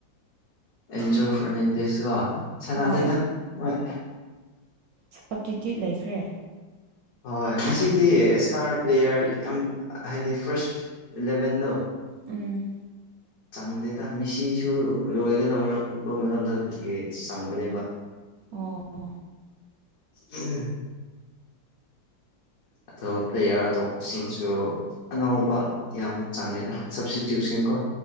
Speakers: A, on the left (about 55°); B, on the right (about 75°).
A: ꯑꯦꯟꯖꯤꯣ ꯐꯔꯅꯦꯟꯗꯦꯁꯀ ꯁꯥꯟꯅꯗꯩꯗ
B: ꯍꯣꯏ
A: ꯍꯣꯏ
B: ꯁꯞꯇꯤꯇ꯭ꯌꯨꯠ ꯂꯩꯈ꯭ꯔꯦ
A: ꯍꯣꯏ ꯉꯁꯤꯗꯤ ꯏꯁꯇꯥꯔ ꯄ꯭ꯂꯦꯌꯥꯔ ꯌꯥꯝ ꯍꯥꯏꯗꯤ ꯐꯥꯔꯁ ꯂꯦꯚꯦꯟꯗꯣ
B: ꯎꯝ
A: ꯆꯪꯗꯦꯗ ꯃꯤꯁꯤꯁꯨ ꯂꯣꯏꯒ ꯂꯧꯔꯔꯕ ꯃꯇꯝꯗꯗꯒꯤ ꯆꯪꯕꯅꯦꯕ
B: ꯑꯣ
A: ꯎꯝ ꯑꯇꯣꯞꯄ ꯑꯇꯣꯞꯄꯁꯤꯡꯁꯨ ꯑꯅꯕ ꯌꯥꯝ ꯆꯥꯡꯉꯦꯗ ꯁꯞꯁꯇꯤꯇ꯭ꯌꯨꯠꯁꯤꯡ ꯀꯣ